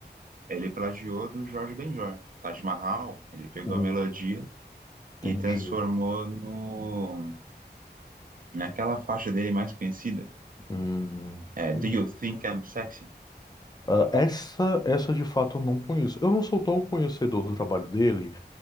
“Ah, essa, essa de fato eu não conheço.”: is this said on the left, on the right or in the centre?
Left